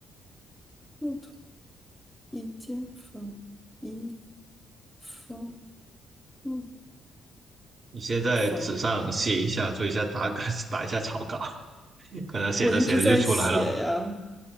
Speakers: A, in the centre; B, on the right.
A: 木头一间房，一方木
B: 你先在纸上写一下，
A: 房。
B: 做一下打稿，<laughs> 打一下草稿，可能写着写着就出来了。
A: 我一直在写呀，